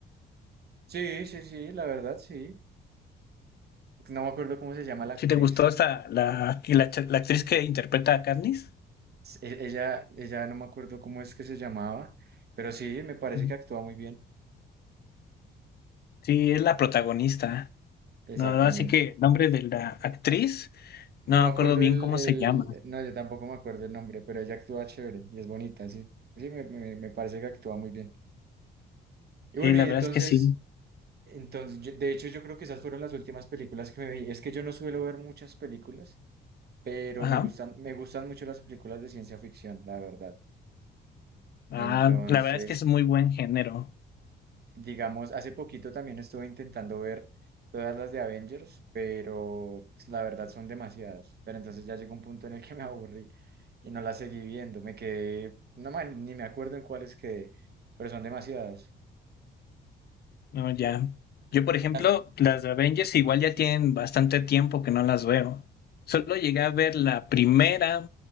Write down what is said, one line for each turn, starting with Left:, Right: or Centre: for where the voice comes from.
Right: sí, sí, sí, la verdad, sí. No me acuerdo cómo se llama la actriz.
Left: ¿Sí te gustó esta, la, y la, ch- la actriz que interpreta a Katniss?
Right: E- Ella, ella no me acuerdo cómo es que se llamaba, pero sí, me parece
Left: Ujú.
Right: que actúa muy bien.
Left: Sí, es la protagonista.
Right: Exactamente.
Left: No, no, así que el nombre de la actriz, no
Right: No me
Left: me
Right: acuerdo
Left: acuerdo bien
Right: el,
Left: cómo
Right: el,
Left: se llama.
Right: no, yo tampoco me acuerdo el nombre, pero ella actúa chévere y es bonita, sí. Sí, me, me me parece que actúa muy bien. Y
Left: Sí,
Right: bueno,
Left: la
Right: y
Left: verdad
Right: entonces
Left: es que sí.
Right: Entonces, yo- de hecho, yo creo que esas fueron las últimas películas que me vi. Es que yo no suelo ver muchas películas, pero
Left: Ajá.
Right: me gustan, me gustan mucho las películas de ciencia ficción, la verdad.
Left: Ah,
Right: Entonces,
Left: la verdad es que es muy buen género.
Right: digamos, hace poquito también estuve intentando ver todas las de Avengers, pero pues, la verdad son demasiadas. Pero entonces ya llegó un punto en el que me aburrí y no las seguí viendo. Me quedé, no man, ni me acuerdo en cuáles quedé, pero son demasiadas.
Left: No, ya. Yo, por ejemplo,
Right: Y las,
Left: las de Avengers igual ya tienen bastante tiempo que no las veo. Solo llegué a ver la primera